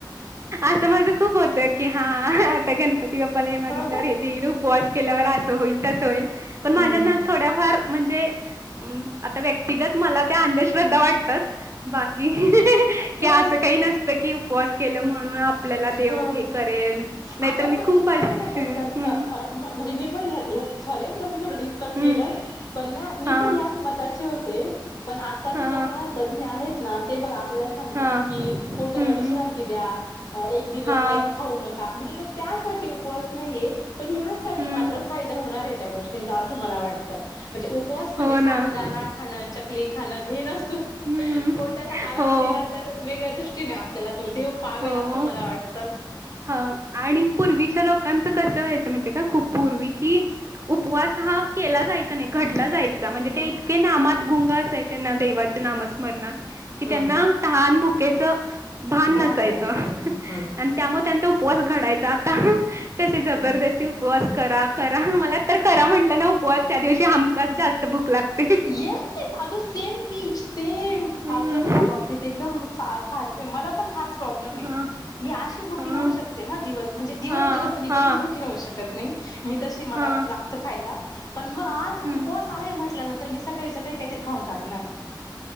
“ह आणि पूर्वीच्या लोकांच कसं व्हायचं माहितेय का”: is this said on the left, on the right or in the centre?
Right